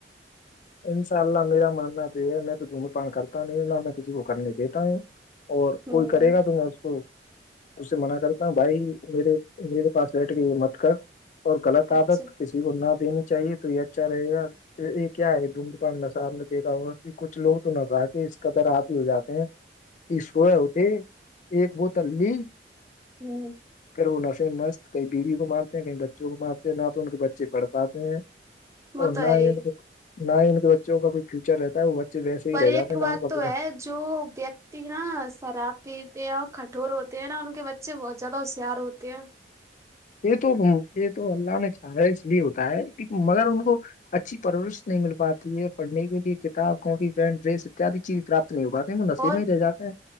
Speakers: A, on the left; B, on the right.
A: ان شاء اللہ میرا مننا پ ہے میں تو دونگ پان کرتا نہیں نہ میں کسی کو کرنے دیتا ہوں اور
B: ہوں
A: کوئی کرے گا تم اس کو اس سے منع کرتا ہوں بھائی میرے میرے پاس بیٹھ کے یہ مت کر اور غلط
B: اچھا
A: عادت کسی کو نہ دینی چاہیے تو یہ اچھا رہے گا ایک کیا ہے دھڈ پان ن سا آب نے دیکھا ہوگا کہ کچھ لوگ تو نہظا کہ اس ق در آپ ہی ہو جاتے ہیں کہ سب اٹے ایک بوتل لی
B: ہوں
A: پھر وہ نشے میں مست کئی بیوی کو مارتے ہیں کہیں بچوں کو مارتے ہیں نہ تو ان کے بچے پڑھ پاتے ہیں اور
B: وہ تو
A: نہ
B: ہے ہی
A: نہ ہی بچوں کا کوئی فیوچر رہتا ہے وہ بچے ویسے ہی
B: پر
A: رہ
B: ایک
A: جاتے
B: بات
A: نا ان کبھی
B: تو ہے
A: کا
B: جو ویکتی نا شراب پیتے ہیں اور کٹھور ہوتے ہیں نا ان کے بچے اچھے بہت زیادہ ہوشیار ہوتے ہیں
A: یہ تو یہ تو اللہ نے چاہا اس لیے ہوتا ہے مگر ان کو اچھی پرورش نہیں مل پاتی ہے پڑھنے کے لیے کتاب کاپی پینٹ ڈریس اتیاد چیز پراپت نہیں ہو پاتی نہیں م نسی
B: اور
A: میں ہی رہ جاتے ہیں